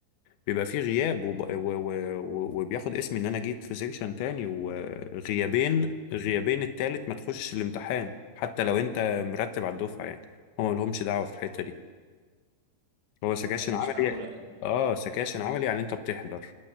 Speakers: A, on the left (about 85°); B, on the right (about 70°).
A: بيبقى فيه غياب وب... و... و... و- وبياخد اسمي ان انا جيت في سيكشن تاني وغيابين غيابين التالت ما تخشش الامتحان حتى لو انت مرتب على الدفعه يعني هو ما لهمش دعوه في الحته دي هو سكاشن
B: مش
A: عملي
B: معقول امم
A: اه سكاشن عملي يعني انت بتحضر